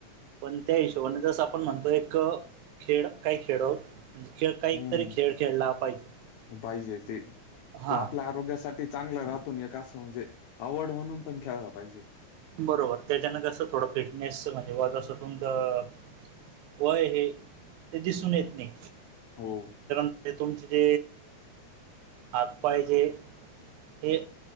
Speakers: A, on the right; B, on the left.
A: पण त्या हिशोबाने जस आपण म्हणतो एक खेळ काय खेळ म्ह खेळ काहीतरी
B: हम्म
A: खेळ खेळला पाहिजे
B: पाहिजे ते
A: हा
B: तो आपल्या आरोग्यासाठी चांगलं राहतून एक असं, म्हणजे आवड म्हणून पण खेळला पाहिजे.
A: बरोबर, त्याच्यान कसं थोडं फिटनेस म्हणजे वजन तुमचं वय हे, ते दिसून येत नाही.
B: हो.
A: ते तुमचे, आत पाहिजे, हे.